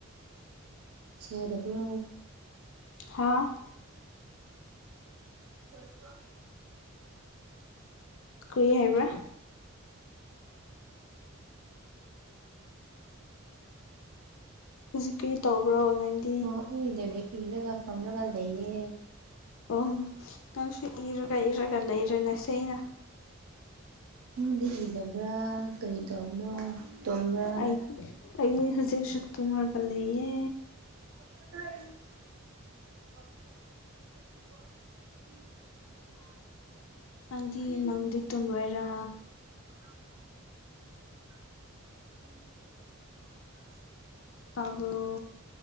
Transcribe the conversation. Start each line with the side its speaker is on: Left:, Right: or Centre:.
Right: ꯁꯥꯗꯕ꯭ꯔꯣ
Left: ꯍꯥꯥ
Right: ꯑꯗꯨꯑꯣꯏꯔꯁꯨ
Left: ꯀꯔꯤ ꯍꯥꯏꯕ꯭ꯔꯥ ꯍꯧꯖꯤꯛ ꯀꯔꯤ ꯇꯧꯕ꯭ꯔꯣ ꯅꯪꯒꯤ
Right: ꯑꯣ ꯑꯩ ꯗꯥꯏꯔꯤꯛ ꯏꯔꯒ ꯐꯝꯔꯒ ꯂꯩꯌꯦ
Left: ꯑꯣ ꯅꯪꯁꯨ ꯏꯔꯒ ꯏꯔꯒ ꯂꯩꯔꯦꯅꯦ ꯁꯦꯅ
Right: ꯅꯪꯗꯤ ꯏꯗꯕ꯭ꯔꯥ ꯀꯔꯤ ꯇꯧꯕꯅꯣ ꯇꯨꯝꯕ꯭ꯔꯥ
Left: ꯑꯩ ꯑꯩꯗꯤ ꯍꯧꯖꯤꯛꯁꯨ ꯇꯨꯝꯔꯒ ꯂꯩꯌꯦ
Right: ꯀꯗꯥꯏꯗꯒꯤ ꯎꯝ <unintelligible>
Left: ꯅꯪꯗꯤ ꯅꯪꯗꯤ ꯇꯨꯝꯔꯣꯏꯔꯥ
Right: <unintelligible>
Left: ꯇꯥꯕ꯭ꯔꯣ